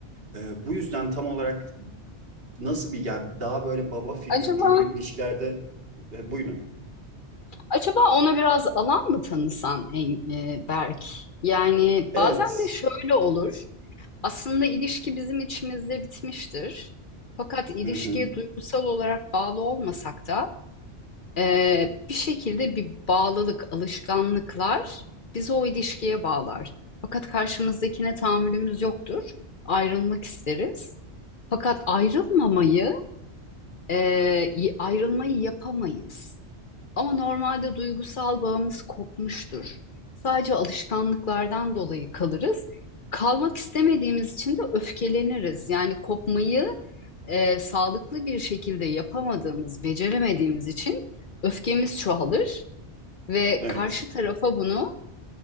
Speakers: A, on the right; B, on the left.
A: Ee, bu yüzden tam olarak nasıl bir yani daha böyle baba figürü
B: Acaba
A: çünkü ilişkilerde e, buyurun.
B: acaba ona biraz alan mı tanısan e, e, Berk? Yani
A: Evet.
B: bazen de şöyle olur. Aslında ilişki bizim içimizde bitmiştir. Fakat ilişkiye
A: Hı hı.
B: duygusal olarak bağlı olmasak da Ee, bir şekilde bir bağlılık, alışkanlıklar bizi o ilişkiye bağlar. Fakat karşımızdakine tahammülümüz yoktur. Ayrılmak isteriz. Fakat ayrılmamayı, e, y- ayrılmayı yapamayız. Ama normalde duygusal bağımız kopmuştur. Sadece alışkanlıklardan dolayı kalırız. Kalmak istemediğimiz için de öfkeleniriz. Yani kopmayı e, sağlıklı bir şekilde yapamadığımız, beceremediğimiz için öfkemiz çoğalır ve
A: Evet.
B: karşı tarafa bunu